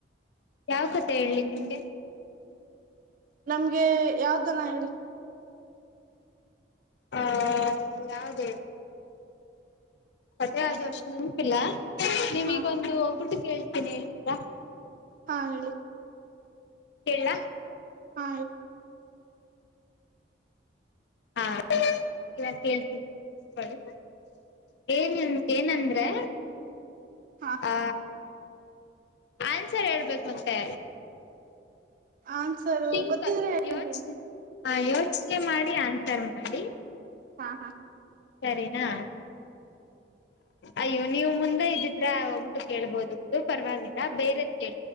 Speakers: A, on the left; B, on the right.
A: ಯಾವ ಕತೆ ಹೇಳಿ ನಿಮ್ಗೆ
B: ನಮ್ಗೆ ಯಾವ್ದನ ಹೇಳಿ
A: ಹಾ ಯಾವ್ದೇ ಕತೆಹೋ ಅಶ್ ನೆನಪಿಲ್ಲ ನಿಮಿಗೊಂದು
B: ಹಾ
A: ಒಗ್ಗಟ್ಟು ಕೇಳ್ತೀನಿ ಹೇಳ್ತೀರಾ
B: ಹಾ ಹೇಳಿ
A: ಹೇಳ
B: ಹ
A: ಹಾ ಇವಾಗ ಕೇಳ್ತಿದ <unintelligible> ಏನ್ ಏನಂದ್ರೆ
B: ಹಾ
A: <unintelligible> ಆ ಆನ್ಸರ್ ಹೇಳ್ಬೇಕು ಮತ್ತೆ
B: ಆನ್ಸರು
A: ಂ
B: ಗೊತ್ತಿದ್ರೆ ಹೇಳ್ತೀನಿ
A: ಯೋಚನೆ ಹ ಯೋಚನೆ ಮಾಡಿ ಆನ್ಸರ್ ಮಾಡಿ
B: ಹಾ ಹಾ
A: ಸರಿನಾ ಅಯ್ಯೋ ನೀವು ಮುಂದೆ ಇದ್ದಿದ್ರೆ ಹೋಗ್ಬಿಟ್ಟು ಕೇಳ್ಬೋದಿತ್ತು ಪರವಾಗಿಲ್ಲ ಬೇರೆದ್ ಕೇ